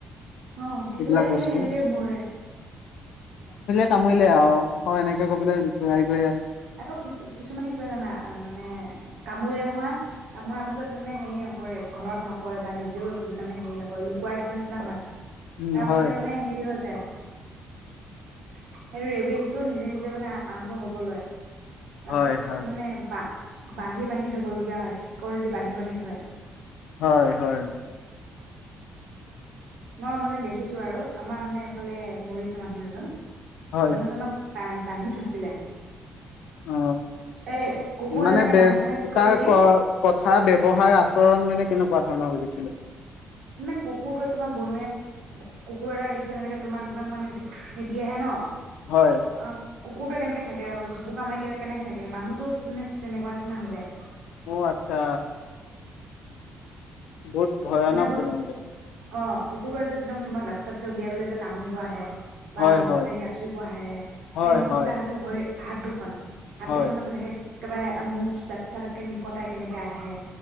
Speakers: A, on the right; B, on the left.
A: অ', কিছুমানে
B: এইবিলাক
A: সেই
B: বস্তু
A: সেনেকে মৰে।
B: কামোৰিলে আৰু হয়, এনেকে কৈ পেলাই <unintelligible>
A: আকৌ কিছু কিছুমানে কি কয় জানা? মানে কাপ কামুৰিলে নহয়, কামোৰা পিছত মানে হেৰি নকৰে ঘৰত নকৰে বা নিজেও একো মানে হেৰি নকৰে লুকুৱাই থোৱাৰ নিচিনা হয়।
B: উম
A: তাৰপিছতে
B: হয়
A: মানে হেৰি হৈ সেইটো ৰেবিজটো নিজে, নিজে মানে আৰম্ভ হ'ব লয়। তাৰপিছত
B: হয় হয়
A: মানে বা বান্ধি বান্ধি থবলগীয়া হয়, শিকলি দি বান্ধি, বান্ধি থয়।
B: হয়, হয়।
A: মই মানে দেখিছো আৰু আমাৰ মানে এফালে মৰিছে মানুহ এজন।
B: হয়
A: মানুহজনক বান্ধি থৈছিলে
B: অ
A: এই কুকুৰ
B: মানে
A: যেনেকে
B: তাৰ
A: বান্ধি থয় শিকলিদি
B: কথা ব্যৱহাৰ আচৰণ মানে কেনেকুৱা ধৰণৰ হৈ গৈছে? <inaudible>
A: মানে কুকুৰটোৱে তোমাৰ বনৰীয়া কুকুৰ এটা দেখিলে যেনেকে তোমাক একদম মানে খেদি আহে ন
B: হয়।
A: অ কুকুৰটোৱে কেনেকে থাকে জুপুকা মাৰি কেনে কেনেকে থাকে মানুহতো মানে তেনেকুৱা নিচিনা হৈ যায়।
B: অ আচ্ছা বহুত ভয়ানক
A: মানে বহুত
B: তেনেহলে।
A: অ কুকুৰটোৱে যে একদম তোমাৰ দাত চাট যে উলিয়াই পেলাই‌ যে কামুৰিব আহে বা
B: হয়
A: নখেদি
B: হয়
A: আচুৰিব আহে সেই
B: হয়
A: নখ
B: হয়
A: কেইটা আছে ভৰি হাত দুখন হাত
B: হয়
A: দুখনত তেনেকে একবাৰে মুখ ডাকচাে নিকটাই কেনেকে আহে